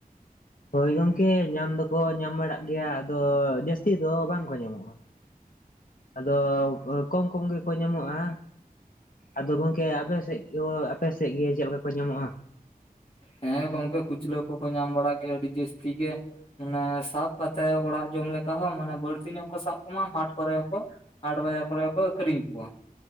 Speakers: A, on the left; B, on the left.
A: ᱦᱳᱭ ᱜᱚᱝᱠᱮ ᱧᱟᱢ ᱫᱚᱠᱚ ᱧᱟᱢ ᱵᱟᱲᱟᱜ ᱜᱮᱭᱟ ᱟᱫᱚ ᱡᱟᱹᱥᱛᱤ ᱫᱚ ᱵᱟᱝ ᱠᱚ ᱧᱟᱢᱚᱜᱼᱟ᱾ ᱟᱫᱚ ᱠᱚᱢ ᱠᱚᱢ ᱜᱮᱠᱚ ᱧᱟᱢᱚᱜᱼᱟ᱾ ᱟᱫᱚ ᱜᱚᱝᱠᱮ ᱟᱯᱮ ᱥᱮᱫ ᱠᱚ ᱟᱯᱮ ᱥᱮᱫ ᱜᱮ ᱪᱮᱫᱠᱟ ᱠᱚ ᱧᱟᱢᱚᱜᱼᱟ?
B: ᱦᱮᱸ ᱜᱚᱝᱠᱮ ᱠᱩᱪᱞᱟᱹ ᱠᱚᱠᱚ ᱧᱟᱢ ᱵᱟᱲᱟᱜ ᱜᱮᱭᱟ ᱟᱹᱰᱤ ᱡᱟᱹᱥᱛᱤ ᱜᱮ᱾ ᱢᱟᱱᱮ ᱥᱟᱵ ᱠᱟᱛᱮᱜ ᱚᱲᱟᱜ ᱡᱚᱢ ᱞᱮᱠᱟ ᱦᱚᱸ ᱢᱟᱱᱮ ᱵᱟᱹᱲᱛᱤ ᱧᱚᱜ ᱠᱚ ᱥᱟᱵ ᱠᱚᱢᱟ ᱦᱟᱴ ᱠᱚᱨᱮ ᱦᱚᱸ ᱠᱚ ᱦᱟᱴ ᱵᱟᱡᱟᱨ ᱠᱚᱨᱮ ᱠᱚ ᱟᱹᱠᱷᱨᱤᱧ ᱠᱚᱣᱟ᱾